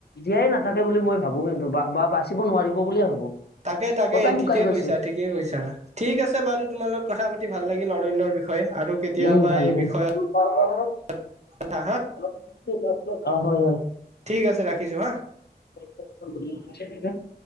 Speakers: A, on the left; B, on the right.
A: জীয়াই নাথাকে বুলি মই ভাবো কিন্তু বা বা বাচিব নোৱাৰিব বুলিয়ে ভাবো
B: তাকে তাকে
A: গোটাই শুকাই
B: ঠিকে
A: গৈছে।
B: কৈছা ঠিকে কৈছা ঠিক আছে বাৰু তোমাৰ লগত কথা পাতি ভাল লাগিল অৰণ্যৰ বিষয়ে আৰু কেতিয়াবা
A: উম ভালে
B: এই বিষয়ত
A: <unintelligible>
B: <unintelligible> হা
A: <unintelligible> অ হয় হয়
B: ঠিক আছে ৰাখিছোঁ হা
A: <unintelligible>